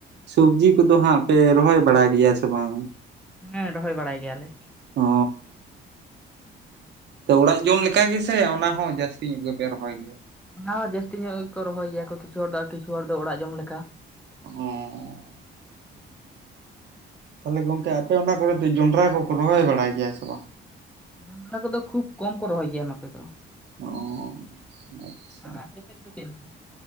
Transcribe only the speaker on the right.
ᱥᱚᱵᱡᱤ ᱠᱚᱫᱚ ᱦᱟᱸᱜ ᱯᱮ ᱨᱚᱦᱚᱭ ᱵᱟᱲᱟ ᱜᱮᱭᱟ ᱥᱮ ᱵᱟᱝ?
ᱚ ᱛᱚ ᱚᱲᱟᱜ ᱡᱚᱢ ᱞᱮᱠᱟ ᱜᱮᱥᱮ ᱚᱱᱟ ᱦᱚᱸ ᱡᱟᱹᱥᱛᱤ ᱧᱚᱜ ᱜᱮᱯᱮ ᱨᱚᱦᱚᱭ ᱜᱮᱭᱟ?
ᱚ᱾ ᱛᱟᱦᱚᱞᱮ ᱜᱚᱝᱠᱮ ᱟᱯᱮ ᱚᱱᱟ ᱠᱚᱨᱮ ᱫᱚ ᱡᱚᱱᱰᱨᱟ ᱠᱚᱠᱚ ᱨᱚᱦᱚᱭ ᱵᱟᱲᱟᱭ ᱜᱮᱭᱟ ᱥᱮ ᱵᱟᱝ?
ᱚ᱾ <unintelligible>